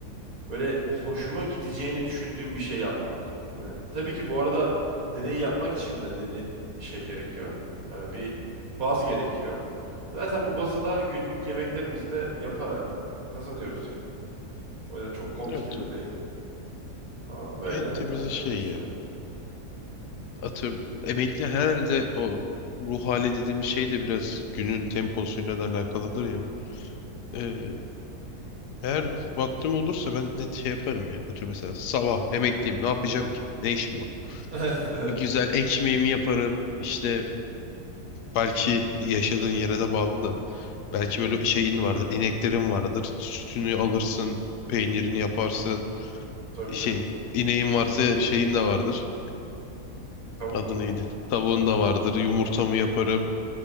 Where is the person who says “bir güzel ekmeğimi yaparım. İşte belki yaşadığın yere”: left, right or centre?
Left